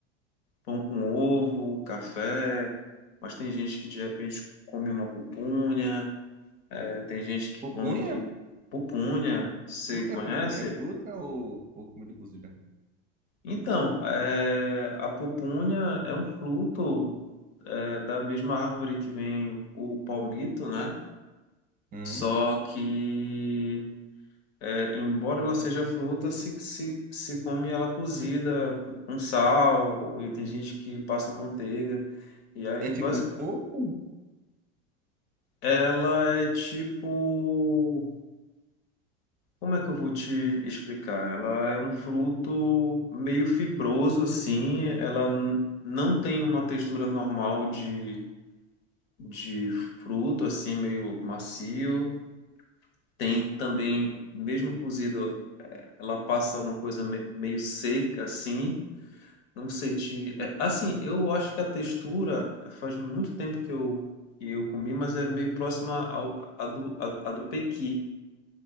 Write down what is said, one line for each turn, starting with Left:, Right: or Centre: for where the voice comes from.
Left: pão com ovo, café, mas tem gente que de repente come uma pupunha, é, tem gente que
Right: Pupunha?
Left: come pupunha, você
Right: O que
Left: conhece?
Right: é pupunha? É fruta ou, ou comida cozida?
Left: Então, é, a pupunha é um fruto, é, da mesma árvore que vem o palmito, né?
Right: Hum?
Left: Só que, é, embora ela seja fruta, se, se, se come ela cozida com sal, e tem gente que passa manteiga. E aí,
Right: É tipo
Left: basic-
Right: um coco?
Left: ela é tipo. Como é que eu vou te explicar? Ela é um fruto meio fibroso, assim. Ela n- não tem uma textura normal de, de fruto, assim, meio macio. Tem também, mesmo cozido. Ela passa uma coisa me- meio seca, assim. Não sei te. é, assim, eu acho que a textura faz muito tempo que eu, que eu comi, mas é meio próxima ao, a do, a, a do pequi.